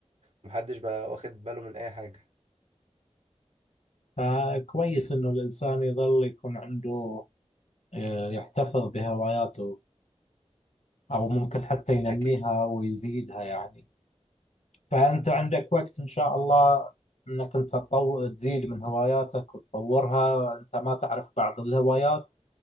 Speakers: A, on the right; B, on the left.
A: ومحدش بقى واخد باله من أي حاجة
B: فكويس إنه الإنسان يظل يكون عنده آه، يحتفظ بهواياته أو ممكن حتى ينميها
A: أكيد
B: ويزيدها يعني فأنت عندك وقت إن شاء الله إنك أنت تطو... تزيد من هواياتك وتطورها أنت ما تعرف بعض الهوايات